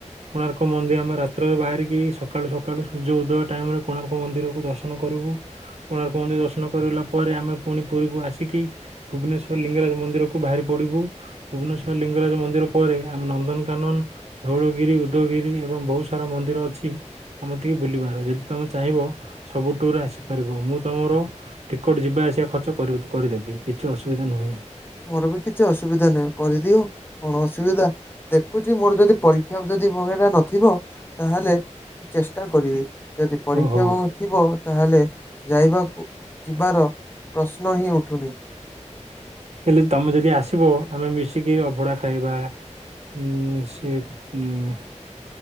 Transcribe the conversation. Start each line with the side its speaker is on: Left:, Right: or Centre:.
Right: କୋଣାର୍କ ମନ୍ଦିର ଆମେ ରାତ୍ରରେ ବାହାରିକି ସକାଳୁ ସକାଳୁ ସୂର୍ଯ୍ୟ ଉଦୟ ଟାଇମ ରେ କୋଣାର୍କ ମନ୍ଦିରକୁ ଦର୍ଶନ କରୁ। ବୁ କୋଣାର୍କ ମନ୍ଦିର ଦର୍ଶନ କରିଲା ପରେ ଆମେ ପୁଣି ପୁରୀକୁ ଆସିକି ଭୁବନେଶ୍ୱର ଲିଙ୍ଗରାଜ ମନ୍ଦିର କୁ ବାହାରି ପଡିବୁ। ଭୁବନେଶ୍ୱର ଲିଙ୍ଗରାଜ ମନ୍ଦିର ପରେ ଆମେ ନନ୍ଦନକାନନ, ଧଉଳଗିରି, ଉଦୟଗିର ଏବଂ ବହୁତ ସାରା ମନ୍ଦିର ଅଛି। ଆମ ତି ବୁଲିବାର ଯଦି ତୋମେ ଚାହିଁବ ସବୁ ଟୁର୍ ଆସିପାରିବ। ମୁଁ ତୋମର ଟିକେଟ୍ ଯିବା ଆସିବା ଖର୍ଚ୍ଚ କରୁଥ କରିଦେବି କିଛି ଅସୁବିଧା ନୁହେଁ ।
Left: ମୋର ବି କିଛି ଅସୁବିଧା ନାହିଁ କରିଦିଅ କଣ ଅସୁବିଧା, ଦେଖୁଚି ମୋର ଯଦି ପରୀକ୍ଷା ଯଦି ବଗେଇା ନଥିବ ତାହେଲେ ଚେଷ୍ଟା କରିବି। ଯଦି ପରୀକ୍ଷା
Right: ଓ ହଉ
Left: ଥିବ ତାହେଲେ ଯାଇବାକୁ ଯିବାର ପ୍ରଶ୍ନ ହିଁ ଉଠୁନି ।
Right: ହେଲେ ତୋମେ ଯଦି ଆସିବ ଆମେ ମିଶିକି ଅଭଡା ଖାଇବା। ଉଁ, ସେ ଉଁ,